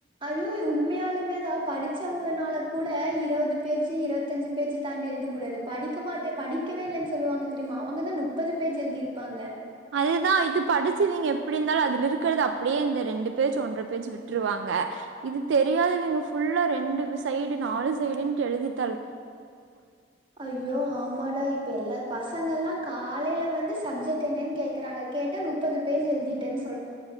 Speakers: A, on the right; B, on the right.
A: ஐய்யோ உண்மையாலுமே தான் படிச்சவங்கனால கூட இருபது பேஜு இருபத்தஞ்சு பேஜு தாண்டி எழுத முடியாது படிக்க மாட்டேன் படிக்கவே இல்லன்னு சொல்லுவாங்க தெரியுமா அவங்கதான் முப்பது பேஜ் எழுதிருப்பாங்க
B: அதுதான் இது படிச்விங்க எப்படி இருந்தாலும் அதுல இருக்கிறது அப்படியே அந்த ரெண்டு பேஜ் ஒன்ற பேஜ் விட்டுருவாங்க இது தெரியாதவங்க புல்லா ரெண்டு சைடு நாலு சைடுன்டு எழுதிட்டு
A: ஐயோ ஆமாடா இப்ப எல்லா பாஸ் பசங்கல்லாம் காலையில வந்து சப்ஜெக்ட் என்னன்னு கேக்குறாங்க கேட்டா முப்பது பேஜ் எழுதிட்டேன் சொ